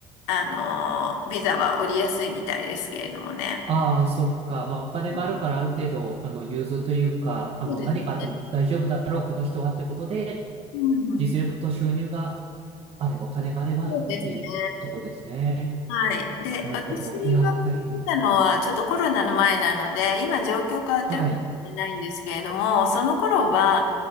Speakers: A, on the left; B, on the right.
A: あの、ビザは降りやすいみたいですけれどもね。
B: ああ、そっか。まあ、お金があるから、
A: うん
B: ある程度、あの、融通というか、あの、
A: そうです。
B: 何かあっても大丈夫だろう、この人はってことで、
A: うん。
B: 実力と収入があれば、お金があればっていうとこですね。
A: そうですね。はい。で、
B: なるほど。
A: 私が来たのは、
B: いやー、大変だ。
A: ちょっとコロナの前なので、今状況変わってるかもしれないんですけれども、
B: はい。
A: その頃は、